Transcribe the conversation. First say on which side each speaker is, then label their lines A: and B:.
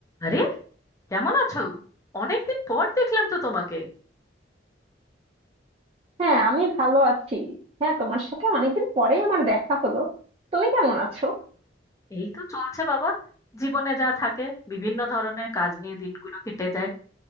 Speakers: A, on the left; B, on the right.
A: আরে কেমন আছো অনেকদিন পর দেখলাম তো তোমাকে
B: হ্যাঁ আমি ভালো আছি হ্যাঁ তোমার সাথে অনেকদিন পরেই আমার দেখা হলো তুমি কেমন আছো
A: এই তো চলছে বাবা জীবনে যা থাকে বিভিন্ন ধরনের কাজ নিয়ে দিনগুলো কেটে যায়